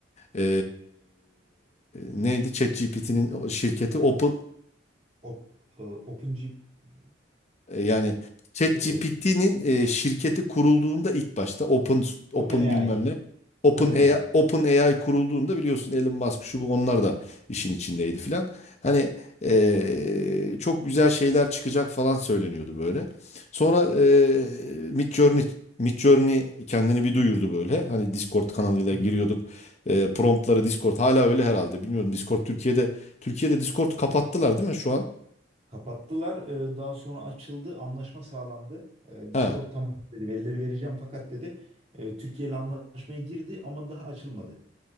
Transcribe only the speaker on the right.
Evet.
Op, e, OpenG e,
bir şey de evet.
OpenAI.
OpenAI.
Hmm.
Kapattılar. E, Daha sonra açıldı. Anlaşma sağlandı. E, Discord
tamam dedi. Verileri vereceğim fakat dedi. e, Türkiye ile anlaşmaya girdi ama daha açılmadı.